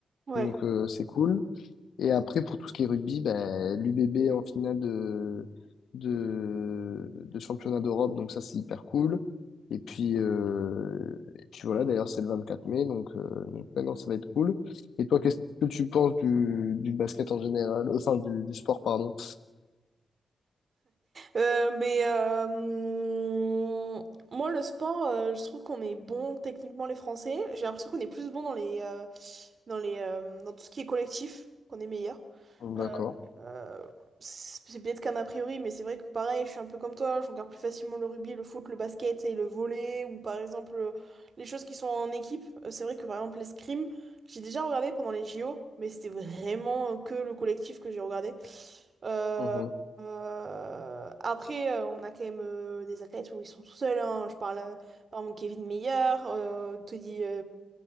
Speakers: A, on the right (about 60°); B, on the left (about 75°).
A: ouais.
B: Donc euh, c'est cool. Et après, pour tout ce qui est rugby, ben, l'UBB en finale de, de, de championnat d'Europe, donc ça c'est hyper cool. Et puis, euh, et puis voilà, d'ailleurs c'est le 24 mai, donc, euh, donc ouais, non, ça va être cool. Et toi, qu'est-ce que tu penses du, du basket en général, euh, enfin du, du sport, pardon.
A: Euh, mais euh, hum, moi, le sport, euh, je trouve qu'on est bon techniquement les Français. J'ai l'impression qu'on est plus bon dans les, euh, dans les, euh, dans tout ce qui est collectif, qu'on est meilleur. Euh,
B: D'accord.
A: Euh, c'est c'est bête qu'un a priori, mais c'est vrai que pareil, je suis un peu comme toi, je regarde plus facilement le rugby, le foot, le basket et le volley, ou par exemple euh, les choses qui sont en équipe. Euh, C'est vrai que par exemple l'escrime, j'ai déjà regardé pendant les JO, mais c'était vraiment que le collectif que j'ai regardé. Euh,
B: Mhm.
A: euh, après, euh, on a quand même euh, des athlètes où ils sont tout seuls, hein. Je parle euh, par exemple Kevin Meyer, euh, Teddy,